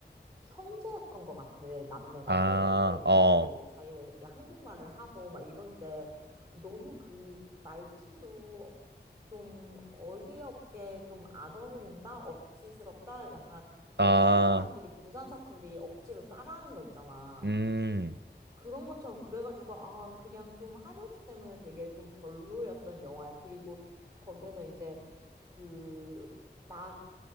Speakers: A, on the right; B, on the right.
A: 형제였던 것 같아. 남매, 남매였는데,
B: 아,
A: 이제
B: 어,
A: 그러면 이제 자기네들끼리 한국말을 하고 막 이럴 때 너무 그 말투도 좀 어이없게 좀 안 어울린다? 억지스럽다? 약간 그냥
B: 아,
A: 서울 사람들이 부산 사투리 억지로 따라하는 거 있잖아.
B: 음,
A: 그런 것처럼 그래가지고 아 그냥 좀 한효주 때문에 되게 좀 별로였던 영화야. 그리고 거기에서 이제 그 락,